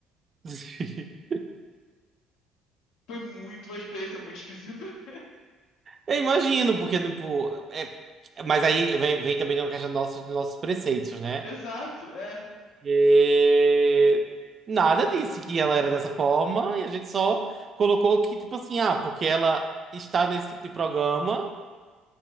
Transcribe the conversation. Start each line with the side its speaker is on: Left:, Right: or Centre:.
Right: <laughs>
Left: Foi muito uma experiência muito esquisita. <laughs>
Right: Eu imagino, porque, tipo. é- Mas aí vem, vem também uma questão dos nossos, dos nossos preceitos, né?
Left: Exato, é,
Right: E... Nada disse que ela era dessa forma, e a gente só colocou que, tipo assim, ah, porque ela está nesse tipo de programa,